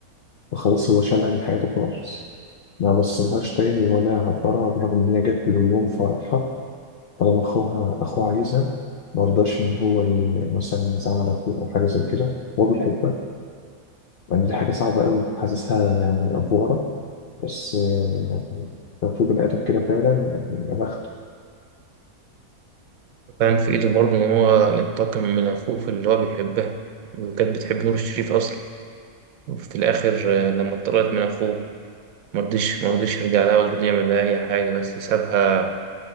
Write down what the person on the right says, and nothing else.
كان في إيده برضه إن هو ينتقم من أخوه في اللي هو بيحبها وكانت بتحب نور الشريف أصلا وفي الآخر آه، لما اتطردت من أخوه مرضيش مرضيش يرجع لها ولا رضي يعمل لها أي حاجة بس سابها